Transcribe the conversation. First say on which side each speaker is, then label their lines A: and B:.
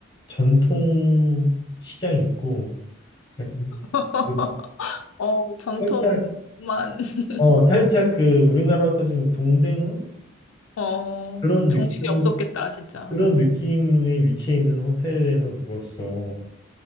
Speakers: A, on the left (about 20°); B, on the left (about 80°).
A: 전통 시장이 있고, 약간
B: <laughs>
A: 그
B: 어, 전통만,
A: 살짝,
B: <laughs>
A: 어, 살짝 그 우리나라로 따지면 동대문?
B: 어,
A: 그런
B: 정신이
A: 느낌,
B: 없었겠다, 진짜.
A: 그런 느낌의 위치에 있는 호텔에서 묵었어.